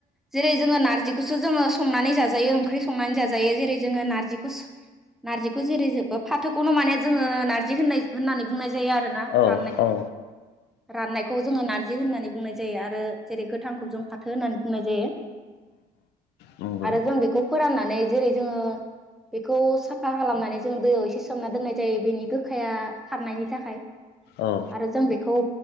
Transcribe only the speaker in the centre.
जेरै जोङो नारजिखौसो जोङो संनानै जाजायो ओंख्रि संनानै जाजायो जेरै जोङो नारजिखौ <unintelligible> <unintelligible> जेरै फाथोखौनो मे जोङो नारजि होननाय होननानै बुंनाय जायो आरोना <unintelligible>
राननायखौ जोङो नार <unintelligible> बिदि होननानै बुंनाय जायो आरो ओ जेरै गोथांखौ जों थो होननानै बुंनाय जायो।
आरो
जों बेखौ फोरानना माने जेरै जोङो बेखौ साफा खालामनानै जों दैयाव एसे सोमना दोननाय जायो बेनि गोखाया खारनायनि थाखाय।
आरो जों बेखौ